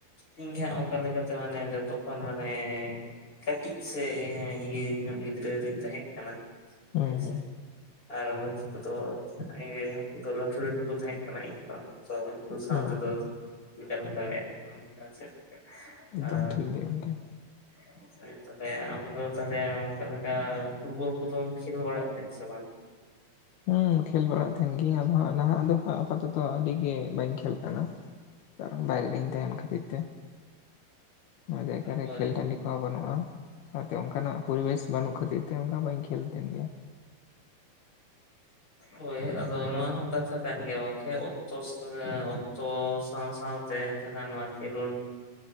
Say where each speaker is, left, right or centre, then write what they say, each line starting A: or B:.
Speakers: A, on the left (about 20°); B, on the left (about 80°).
A: ᱤᱧ ᱜᱮ ᱦᱟᱸᱜ ᱚᱱᱠᱟ ᱞᱮᱠᱟᱛᱮ, ᱢᱟᱱᱮ ᱡᱷᱚᱛᱚ ᱠᱷᱚᱱ ᱢᱟᱱᱮ ᱠᱟᱹᱴᱤᱡ ᱥᱮ ᱤᱭᱟᱹ ᱧᱚᱜ ᱜᱤᱫᱽᱨᱟᱹ ᱨᱤᱧ ᱛᱟᱦᱮᱸ ᱠᱟᱱᱟ
B: ᱦᱩᱸ
A: ᱦᱮᱸᱥᱮ᱾
B: ᱦᱩᱸ
A: ᱟᱨ ᱢᱟᱹᱡᱷᱤ ᱠᱚᱫᱚ ᱤᱭᱟᱹ ᱞᱟᱹᱴᱩ ᱞᱟᱹᱴᱩ ᱠᱚ ᱛᱟᱦᱮᱸᱜ ᱠᱟᱱᱟ ᱤᱧ ᱠᱷᱚᱱ। <unintelligible> ᱥᱟᱶ
B: ᱦᱩᱸ
A: ᱛᱮᱫᱚ ᱟᱨ ᱪᱤᱠᱟᱹ ᱛᱮᱢ ᱫᱟᱲᱮᱭᱟᱜᱼᱟ ᱚᱱᱠᱟ ᱪᱮᱫ
B: ᱮᱠᱫᱚᱢ
A: ᱟᱨ
B: ᱴᱷᱤᱠ ᱜᱮ ᱜᱚᱝᱠᱮ
A: <inaudible> ᱦᱩᱭᱩᱜ ᱛᱟᱞᱮᱭᱟ ᱟᱢ ᱫᱚ ᱛᱟᱦᱚᱞᱮ ᱚᱱᱠᱟ ᱞᱮᱠᱟ ᱯᱷᱩᱴᱵᱚᱞ ᱠᱚᱫᱚᱢ ᱠᱷᱮᱞ ᱵᱟᱲᱟᱜ ᱛᱟᱦᱮᱸᱫ ᱥᱮ ᱵᱟᱝ?
B: ᱦᱩᱸ, ᱠᱷᱮᱞ ᱵᱟᱲᱟᱜ ᱛᱟᱦᱮᱱ ᱜᱤᱧ ᱟᱫᱚ ᱦᱟᱸᱜ ᱱᱟᱦᱟᱜ ᱟᱫᱚ ᱦᱟᱸᱜ ᱟᱯᱟᱛᱚᱛᱚ ᱟᱹᱰᱤ ᱜᱮ ᱵᱟᱹᱧ ᱠᱷᱮᱞ ᱠᱟᱱᱟ ᱠᱟᱨᱚᱱ ᱵᱟᱭᱨᱮ ᱨᱤᱧ ᱛᱟᱦᱮᱱ ᱠᱷᱟᱹᱛᱤᱨ ᱛᱮ᱾ ᱱᱚᱣᱟ ᱡᱟᱭᱜᱟ ᱨᱮ
A: ᱦᱳᱭ
B: ᱠᱷᱮᱞ ᱴᱟᱸᱰᱤ ᱦᱚᱸ ᱵᱟᱹᱱᱩᱜ-ᱟ, ᱥᱟᱶᱛᱮ ᱚᱱᱠᱟᱱᱟᱜ ᱯᱚᱨᱤᱵᱮᱥ ᱵᱟᱹᱱᱩᱜ ᱠᱷᱟᱹᱛᱤᱨ ᱛᱮ ᱚᱱᱠᱟ ᱵᱟᱹᱧ ᱠᱷᱮᱞ ᱛᱮᱦᱮᱱ ᱜᱮᱭᱟ।
A: ᱦᱳᱭ ᱟᱫᱚ ᱱᱚᱣᱟ ᱦᱚᱸ ᱠᱟᱛᱷᱟ ᱠᱟᱱ ᱜᱮᱭᱟ ᱜᱚᱝᱠᱮ, ᱚᱠᱛᱚ ᱥᱚᱸᱜᱮ ᱚᱠᱛᱚ ᱥᱟᱶ ᱥᱟᱶ ᱛᱮ ᱡᱟᱦᱟᱸ ᱱᱚᱣᱟ ᱠᱷᱮᱞᱳᱱᱰ